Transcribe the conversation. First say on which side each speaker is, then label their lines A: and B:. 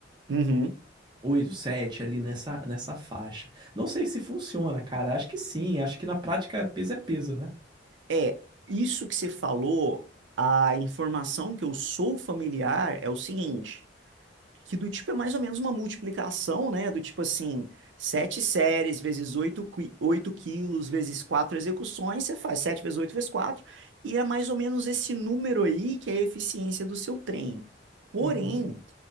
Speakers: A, on the right; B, on the right.
A: Uhum.
B: Oito, sete ali nessa, nessa faixa. Não sei se funciona, cara. Acho que sim. Acho que na prática peso é peso, né?
A: É, isso que você falou, a informação que eu sou familiar é o seguinte. que do tipo é mais ou menos uma multiplicação, né? Do tipo assim, sete séries vezes 8 oito quilos vezes quatro execuções, você faz sete vezes oito vezes quatro e é mais ou menos esse número aí que é a eficiência do seu treino. Porém,
B: Uhum.